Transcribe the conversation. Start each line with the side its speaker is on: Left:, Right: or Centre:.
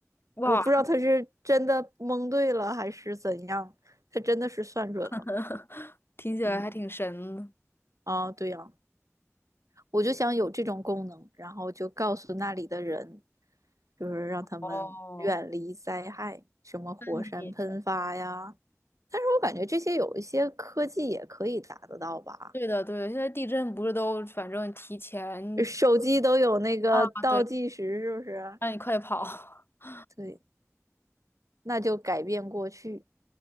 Left: 哇，
Right: 我不知道他是真的蒙对了还是怎样，他真的是算准了，
Left: <laughs> 听起来还挺神的。
Right: 嗯，啊，对呀，我就想有这种功能，然后就告诉那里的人，就是让他们远离灾害，
Left: 哦，
Right: 什么火山喷发呀，
Left: 那你？
Right: 但是我感觉这些有一些科技也可以达得到吧，
Left: 对的，对的，现在地震不是都反正提前
Right: 手机都有那个倒计时，
Left: 啊，对，
Right: 是不是？
Left: 让你快跑 <laughs>
Right: 对。那就改变过去，